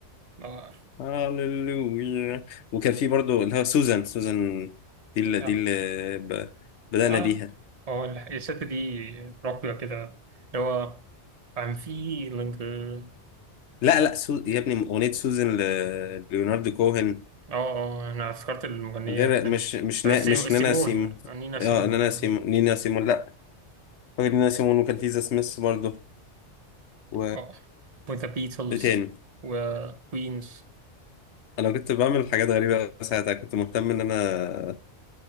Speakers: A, on the right; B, on the left.
A: اه
B: هاليلويا وكان في برضو اللي هو سوزان سوزان دي اللي دي
A: اه
B: اللي ب... بدأنا
A: اه
B: بيها
A: آه، الست دي راقية كده اللي هو I'm feeling good
B: لا لا سو... يا ابني اغنية سوزان ل... ليوناردو كوهن
A: اه اه انا افتكرت المغنية
B: غير
A: التانية
B: مش مش
A: آه،
B: نا...
A: سيم-
B: مش
A: سيمون
B: نانا سيمو
A: نينا سيمون
B: اه نانا سيمو نينا سيمو لا فاكر ان انا سيمون وكان في ذا سميث برضه و
A: اه وذا بيتلز
B: ايه تاني
A: وكوينز
B: انا كنت بعمل حاجات غريبه أوي ساعتها كنت مهتم ان انا